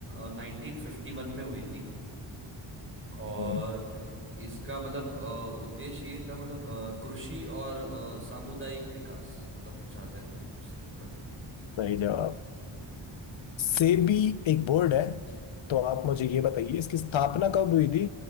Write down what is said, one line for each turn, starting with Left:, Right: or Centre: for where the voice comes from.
Right: नाइनटीन फिफ्टी वन में हुई थी और
Left: हम्म
Right: इसका मतलब अ, उद्देश्य ये था मतलब अ, कृषि और अ, सामुदायिक विकास मतलब चाहते थे वो उसके प्रति
Left: सही जवाब
Right: हम्म
Left: सेबी एक बोर्ड है
Right: हम्म।
Left: तो आप मुझे ये बताइए इसकी स्थापना कब हुई थी